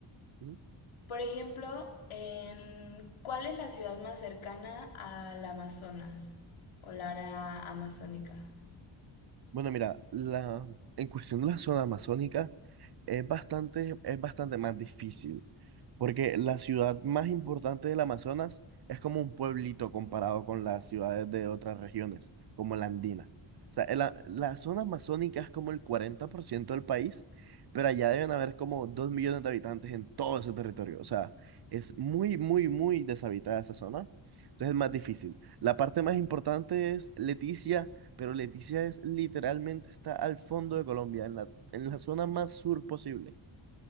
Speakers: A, on the right; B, on the left.
A: Ujú.
B: por ejemplo, en, ¿cuál es la ciudad más cercana al Amazonas o la área amazónica?
A: Bueno, mira, la, en cuestión de la zona amazónica es bastante, es bastante más difícil. Porque la ciudad más importante del Amazonas es como un pueblito comparado con las ciudades de otras regiones, como la andina. O sea, el a- la zona amazónica es como el 40% del país, pero allá deben haber como 2 millones de habitantes en todo ese territorio. O sea, es muy, muy, muy deshabitada esa zona. Entonces es más difícil. La parte más importante es Leticia, pero Leticia es literalmente está al fondo de Colombia, en la, en la zona más sur posible.